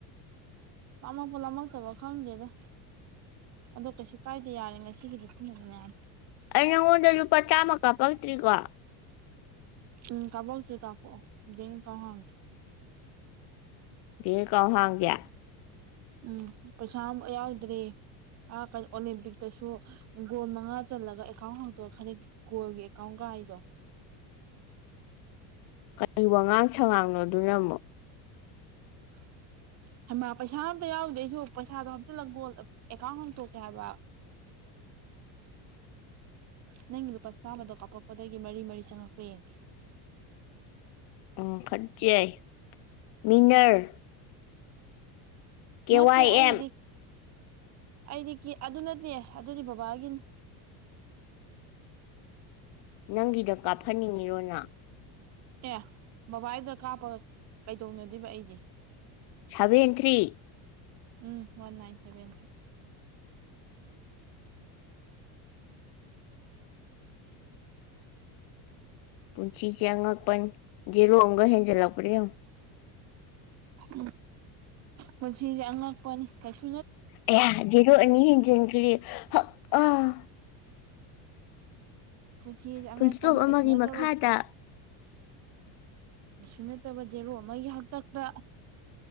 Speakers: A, on the right; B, on the left.
A: ꯂꯥꯝꯃꯛꯄ ꯂꯥꯝꯃꯛꯇꯕ ꯈꯪꯗꯦꯗ ꯑꯗꯣꯀꯩꯁꯨ ꯀꯥꯏꯗꯦ ꯌꯥꯔꯦ ꯉꯁꯤꯒꯤꯗꯤ ꯁꯤꯅ ꯑꯗꯨꯝ ꯌꯥꯔꯅꯤ꯫
B: ꯑꯩ ꯅꯉꯣꯟꯗ ꯂꯨꯄꯥ ꯆꯥꯝꯃ ꯀꯥꯄꯛꯇ꯭ꯔꯤꯀꯣ
A: ꯎꯝ ꯀꯥꯄꯛꯇꯔꯤ ꯀꯥꯄꯛꯑꯣ ꯕꯦꯡꯑꯦꯀꯥꯎꯟ ꯌꯥꯡꯉꯦ
B: ꯕꯦꯡ ꯑꯦꯀꯥꯎꯟ ꯍꯥꯡꯒꯦ꯫
A: ꯎꯝ ꯄꯩꯁꯥ ꯌꯥꯎꯗ꯭ꯔꯦ ꯑꯣꯂꯦꯝꯄꯤꯛꯇꯁꯨ ꯒꯣꯜ ꯃꯉꯥ ꯆꯜꯂꯒ ꯑꯦꯀꯥꯎꯟ ꯍꯥꯡꯇꯣꯛꯑꯒ ꯒꯣꯜꯒꯤ ꯑꯦꯀꯥꯎꯟꯒ ꯀꯥꯏꯗꯣ <unintelligible>
B: ꯀꯔꯤ ꯋꯥꯉꯥꯡ ꯁꯉꯥꯡꯅꯣꯗꯨꯅ ꯑꯃꯨꯛ
A: <inaudible> ꯍꯩꯃ ꯄꯩꯁꯥ ꯑꯝꯇ ꯌꯥꯎꯗꯦ ꯑꯩꯁꯨ ꯄꯩꯁꯥꯗꯣ ꯍꯥꯞꯆꯤꯜꯂꯒ ꯑꯦꯀꯥꯎꯟ ꯍꯥꯡꯇꯣꯛꯀꯦ ꯍꯥꯏꯕ <inaudible> ꯅꯪꯒꯤ ꯂꯨꯄꯥ ꯆꯥꯝꯃꯗꯣ ꯀꯥꯞꯄꯛꯄꯗꯒꯤ ꯃꯔꯤ ꯃꯔꯤ ꯆꯪꯉꯂꯛꯄꯔ ꯌꯦꯡꯒꯦ꯫
B: ꯑꯣ ꯈꯠꯆꯩ ꯃꯤꯅꯔ ꯀꯦ
A: ꯅꯠꯇꯦ
B: ꯋꯥꯏ
A: ꯑꯩꯒꯤꯗꯤ
B: ꯑꯦꯝ
A: ꯑꯩꯗꯤ ꯀꯦ ꯑꯗꯨ ꯅꯠꯇꯦ ꯑꯗꯨꯗꯤ ꯕꯕꯥꯒꯤꯅꯤ
B: ꯅꯪꯒꯤꯗ ꯀꯥꯞꯍꯟꯅꯤꯡꯉꯤꯔꯣ ꯅꯥ
A: ꯑꯦ ꯕꯕꯥꯏꯗ ꯀꯥꯞꯄꯒ ꯀꯩꯗꯧꯅꯗꯣꯏꯕ ꯑꯩꯗꯤ
B: ꯁꯚꯦꯟ ꯊ꯭ꯔꯤ
A: ꯎꯝ ꯋꯥꯟ ꯅꯥꯏꯟ ꯁꯕꯦꯟ ꯊ꯭ꯔꯤ
B: ꯄꯨꯟꯁꯤꯁꯦ ꯑꯉꯛꯄꯅꯤ ꯖꯤꯔꯣ ꯑꯝꯒ ꯍꯦꯟꯖꯟꯂꯛꯄ꯭ꯔ ꯌꯦꯡꯉꯣ
A: ꯎꯝ ꯄꯨꯟꯁꯤꯖꯦ ꯑꯉꯛꯄꯅꯤ ꯀꯩꯁ
B: ꯑꯌꯥ ꯖꯤꯔꯣ ꯑꯅꯤ ꯍꯦꯟꯖꯤꯟꯈ꯭ꯔꯦ ꯍꯥ ꯑꯥ
A: ꯄꯨꯟꯁꯤꯁꯦ ꯑꯉꯛꯄꯅꯤ
B: ꯄꯨꯜꯁꯇꯣꯞ
A: ꯀꯩꯁꯨ
B: ꯑꯃꯒꯤ
A: ꯅꯠꯇꯕ
B: ꯃꯈꯥꯗ
A: ꯀꯩꯁꯨ ꯅꯠꯇꯕ ꯖꯦꯔꯣ ꯑꯃꯒꯤ ꯍꯛꯇꯛꯇ